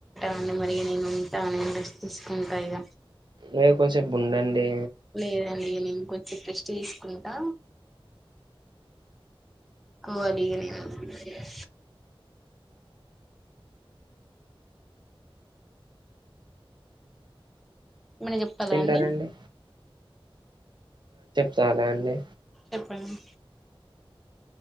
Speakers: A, in the centre; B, on the right.
A: అండి మరి నేను ఉంటా నేను రెస్ట్ తీసుకుంటా ఇగ
B: యే కొసేపు ఉండండి.
A: లేద్ <unintelligible> నేను కొంచెం రెస్ట్ తీసుకుంటా కోవ్యాలీ ఇగా నేను ఏమన్న చెప్పాలా
B: తింటారండి
A: అండి.
B: చాలా అండి
A: చెప్పండి